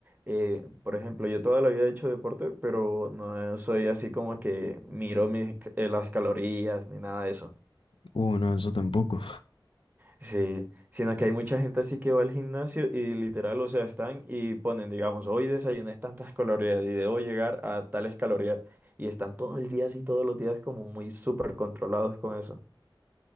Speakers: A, on the right (about 20°); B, on the left (about 80°).
A: eh, por ejemplo, yo toda la vida he hecho deporte, pero no soy así como que miro mis, eh, las calorías ni nada de eso.
B: Uh, no, yo tampoco.
A: Sí, sino que hay mucha gente así que va al gimnasio y literal, o sea, están y ponen, digamos, hoy desayuné tantas calorías y debo llegar a tales calorías. Y están todo el día así, todos los días como muy súper controlados con eso.